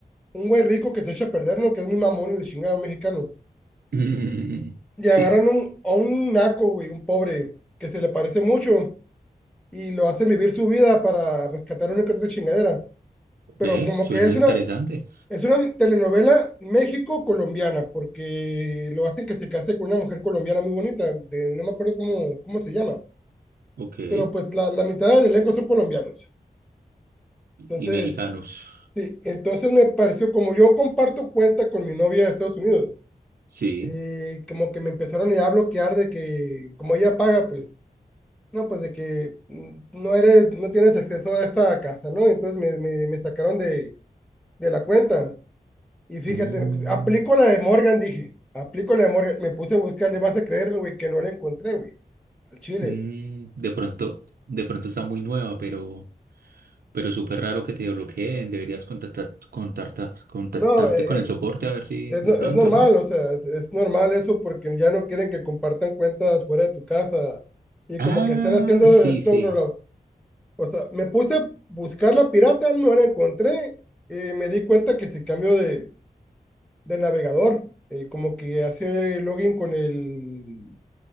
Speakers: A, in the centre; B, on the right.
A: un güey rico que se echa a perder, ¿no? Que es mi mamón, el chingado mexicano.
B: <laughs>
A: Y agarran
B: Sí.
A: un, a un naco, güey, un pobre, que se le parece mucho, y lo hacen vivir su vida para rescatar una que otra chingadera. Pero
B: Ve,
A: como
B: suena
A: que es
B: interesante.
A: una, Es una telenovela México-colombiana, porque lo hacen que se case con una mujer colombiana muy bonita, de, no me acuerdo cómo, cómo se llama,
B: Ok. Y,
A: pero pues la, la mitad del elenco son colombianos.
B: y
A: Entonces,
B: mexicanos.
A: sí, entonces me pareció, como yo comparto cuenta con mi novia de Estados Unidos,
B: Sí.
A: eh, como que me empezaron ya a bloquear de que, como ella paga, pues, no, pues de que mm, no eres, no tienes acceso a esta casa, ¿no? Entonces me, me, me sacaron de, de la cuenta. Y fíjate,
B: Mm,
A: pues, aplico la de Morgan, dije. Aplico la de Morgan. Me puse a buscar, le vas a creerlo, güey, que no la encontré, güey, al chile.
B: Mm, de pronto, de pronto está muy nueva, pero, pero súper raro que te bloqueen. Deberías contactar, contactar- contactarte
A: No, eh,
B: con el
A: eh,
B: soporte a ver si
A: es,
B: de
A: no-
B: pronto,
A: es normal,
B: ¿no?
A: o sea, es, es normal eso porque ya no quieren que compartan cuentas fuera de tu casa. Y
B: Ah,
A: como que están haciendo
B: sí,
A: snow
B: sí,
A: rollout. O sea, me puse a buscar la pirata, no la encontré. eh, me di cuenta que se cambió de, de navegador. eh, como que hace login con el,